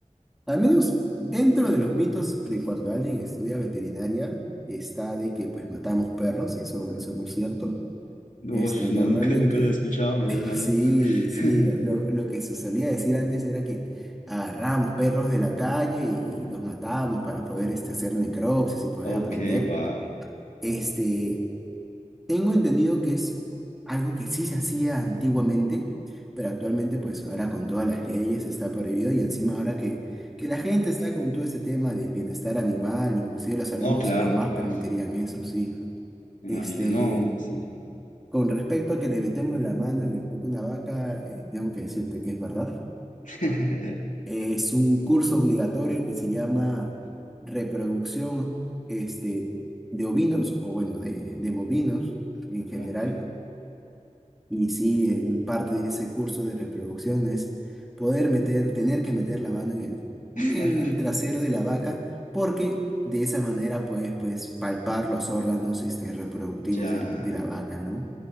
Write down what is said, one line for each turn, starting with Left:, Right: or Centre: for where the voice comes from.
Centre: Al menos dentro de los mitos de cuando alguien estudia veterinaria, está de que pues matamos perros, eso, eso no es cierto.
Left: Uf,
Centre: Este,
Left: no,
Centre: normalmente,
Left: nunca, nunca lo he escuchado, menos mal,
Centre: sí,
Left: ¿no?
Centre: sí,
Left: <laughs>
Centre: lo, lo que se solía decir antes era que agarrábamos perros de la calle y los matábamos para poder este, hacer necropsias y poder
Left: Ok,
Centre: aprender.
Left: wow,
Centre: Este,
Left: wow.
Centre: tengo entendido que es algo que sí se hacía antiguamente, pero actualmente pues ahora con todas las leyes está prohibido y encima ahora que, que la gente está con todo este tema del bienestar animal, inclusive los alumnos
Left: No, claro,
Centre: jamás
Left: claro.
Centre: permitirían eso, sí.
Left: Me
Centre: Este,
Left: imagino, no, sí.
Centre: con respecto a que le metemos la mano en el cuerpo de una vaca, eh, tengo que decirte que es verdad.
Left: <laughs>
Centre: Es un curso obligatorio que se llama reproducción este, de ovinos, o bueno, de, de bovinos en general
Left: Ok.
Centre: Y sí, en parte de ese curso de reproducción es poder meter, tener que meter la mano en el,
Left: <laughs>
Centre: en el trasero de la vaca, porque de esa manera puedes pues palpar los órganos este, reproductivos
Left: Ya,
Centre: del- de, la vaca, ¿no?